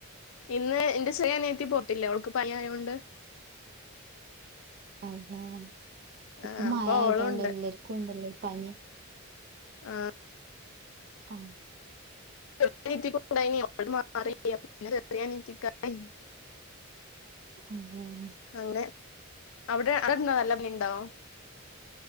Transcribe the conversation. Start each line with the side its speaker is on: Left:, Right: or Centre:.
Left: ഇന്ന് എന്റെ ചെറിയ അനിയത്തി പോട്ടില്ല ഓൾക്ക് പനിയായോണ്ട്
Right: അല്ലാഹ്
Left: ആ,
Right: ഇപ്പ മഴ
Left: അപ്പൊ
Right: ആയതോണ്ട്
Left: ഓളുണ്ട്
Right: എല്ലർക്കും ണ്ട് ല്ലെ പനി
Left: ആ
Right: ആ
Left: <unintelligible>
Right: <inaudible> ഏ
Left: അങ്ങനെ അവിടെ അവിടെന്ന് നല്ല മീൻ ണ്ടോ